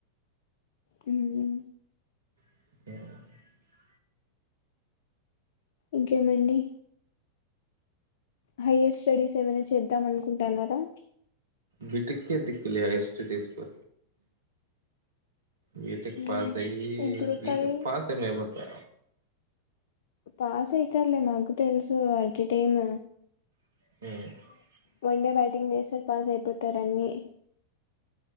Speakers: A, on the left; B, on the right.
A: హూ
B: <inaudible>
A: ఇంకేమండి హైయ్యర్ స్టడీస్ ఏమైనా చేద్దాం అనుకుంటున్నారా
B: బీటెక్ కె దిక్కులే హయ్యర్ స్టడీస్ పో బీటెక్
A: మ్మ్
B: పాస్ అయ్యి
A: ఇప్పుడు
B: బీటెక్
A: కరెంట్
B: పాసైన అయిపోతా
A: పాస్ అయితరులే మాకు తెలుసు ఎట్ ఎ టైమ్
B: హామ్
A: వన్డే బ్యాటింగ్ చేస్తే పాస్ అయిపోతారు అన్ని